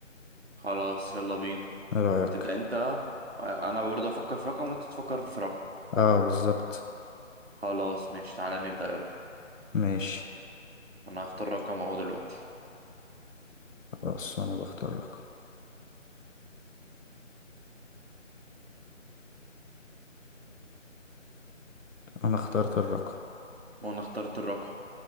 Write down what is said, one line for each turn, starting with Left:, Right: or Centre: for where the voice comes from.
Right: خلاص يلا بينا
Left: ايه رايك
Right: تبدأ انت انا برضه افكر في رقم وانت تفكر في رقم
Left: اه بالظبط
Right: خلاص ماشي تعالى نبدأ يلا
Left: ماشي
Right: انا هختار رقم اهو دلوقتي
Left: خلاص انا بختار رقم انا اخترت الرقم
Right: وانا اخترت الرقم